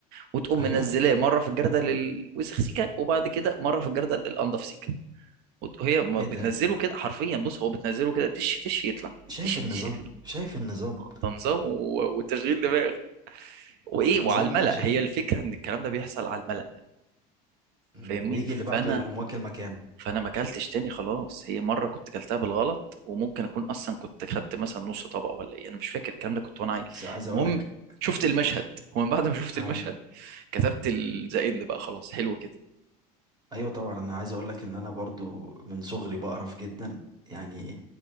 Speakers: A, on the right; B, on the right.
A: وتقوم
B: ايوه
A: منزلاه مره في الجردل الوسخ سيكه وبعد كده مره في الجردل الانضف سيكه وت- وهي ما
B: ايه
A: بتنزله
B: ده
A: كده حرفيا بص هو بتنزله كده تش تش يطلع
B: شايف
A: تش تش
B: النظام
A: يطلع
B: شايف النظام
A: آه، ده نظام و- وتشغيل دماغ وايه
B: ده النظام
A: وعلى الملأ
B: ده عشان
A: هي الفكره ان الكلام ده بيحصل على الملأ
B: مم.
A: فاهمني
B: ويجي
A: فانا
B: اللي بعده يقوم واكل مكانه
A: فانا ما اكلتش تاني خلاص هي مره كنت اكلتها بالغلط وممكن اكون اصلا كنت خدت مثلا نص طبق ولا ايه انا مش فاكر الكلام ده كنت وانا
B: بس
A: عيل
B: عايز
A: المهم
B: اقول لك
A: شفت المشهد ومن بعد ما شفت
B: <laughs>
A: المشهد
B: آه.
A: كتبت ال- ذا اند بقى خلاص حلو كده
B: ايوه طبعا انا عايز اقول لك ان انا برضو من صغري بقرف جدا يعني